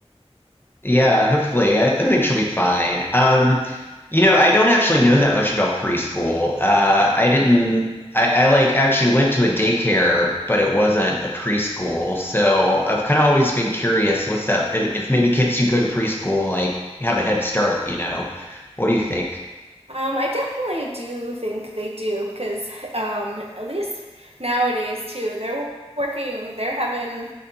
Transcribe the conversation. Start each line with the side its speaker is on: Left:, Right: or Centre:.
Left: Yeah, hopefully. I, I think she'll be fine. Um, you know, I don't actually know that much about preschool. Uh, I didn't. I, I like actually went to a daycare, but it wasn't a preschool. So I've kind of always been curious. What's that? If if maybe kids who go to preschool like have a head start, you know? What do you think?
Right: Um, I definitely do think they do because um, at least nowadays too, they're working, they're having